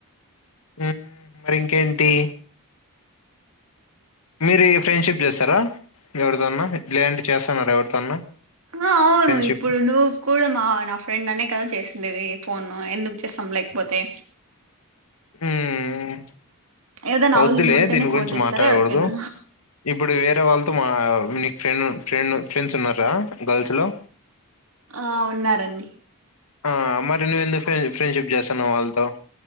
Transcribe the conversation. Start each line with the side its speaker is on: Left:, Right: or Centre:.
Left: ఉమ్ మరి ఇంకేంటి మీరీ ఫ్రెండ్షిప్ చేస్తారా ఎవరితోన్నా, లేదంటే చేస్తున్నారా ఎవరితోన్నా?
Right: ఆ అవును
Left: ఫ్రెండ్షిప్
Right: ఇప్పుడు నువ్ కూడా మా నా ఫ్రెండ్ నన్నే కవర్ చేసిండేది, ఫోన్ ఎందుకు చేస్తాం లేకపోతే
Left: ఉమ్
Right: ఏదైనా అవసరం
Left: వద్దులే
Right: ఉంటేనే
Left: దీని గురించి
Right: ఫోన్ చేస్తారా
Left: మాట్లాడకూడదు.
Right: ఎవరికైనా
Left: ఇప్పుడు వేరే వాళ్ళతో మా నీకు ఫ్రెండ్ ఫ్రెండ్ ఫ్రెండ్స్ ఉన్నారా గర్ల్స్ లో?
Right: ఆ ఉన్నారండి
Left: ఆ మరి నువ్వు ఎందుకు ఫ్రెండ్ ఫ్రెండ్షిప్ చేస్తాన్నావు వాళ్ళతో?